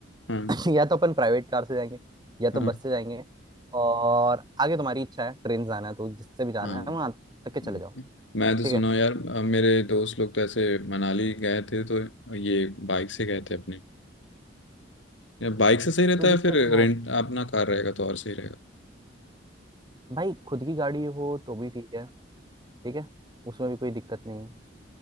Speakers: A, on the left; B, on the right.
A: हाँ
B: <clears throat> <laughs> या तो अपन प्राइवेट कार से जाएंगे या तो
A: हाँ
B: बस से जाएंगे और आगे तुम्हारी इच्छा है ट्रेन से जाना है तो जिससे भी जाना
A: हाँ
B: है वहां
A: हम्म।
B: तक के चले जाओ
A: मैं तो
B: ठीक
A: सुना
B: है
A: हूँ यार अ, मेरे दोस्त लोग तो ऐसे मनाली गए थे तो ये बाइक से गए थे अपने या बाइक से सही रहता
B: तो
A: है
B: दिक्कत
A: फिर
B: क्या
A: रेंट
B: है
A: अपना कार रहेगा तो और सही रहेगा
B: भाई खुद की गाड़ी हो तो भी ठीक है ठीक है उसमें भी कोई दिक्कत नहीं है